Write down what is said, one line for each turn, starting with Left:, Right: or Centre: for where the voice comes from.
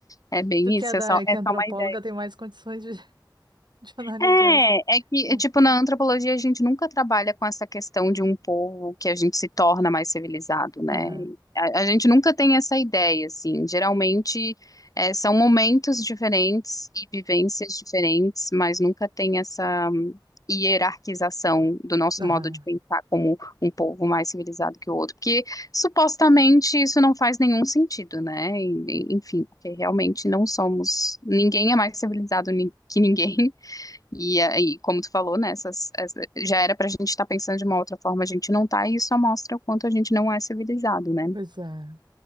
Left: É bem
Right: Tu que
Left: isso,
Right: é, da,
Left: é só,
Right: que
Left: é
Right: é
Left: só
Right: antropóloga
Left: mais
Right: tem mais condições de <laughs> de analisar
Left: é,
Right: isso.
Left: é que,
Right: É.
Left: é, tipo, na antropologia a gente nunca trabalha com essa questão de um povo que a gente se torna mais civilizado, né?
Right: Aham,
Left: A, a gente nunca tem essa ideia, assim. Geralmente é, são momentos diferentes e vivências diferentes, mas nunca tem essa hum, hierarquização do nosso
Right: aham,
Left: modo de pensar como um povo mais civilizado que o outro, porque supostamente isso não faz nenhum sentido, né? E- e- Enfim, porque realmente não somos, ninguém é mais civilizado ni- que ninguém. E aí, como tu falou, né, essas, essa- já era pra gente estar pensando de uma outra forma, a gente não tá, e isso só mostra o quanto a gente não é civilizado, né?
Right: pois é,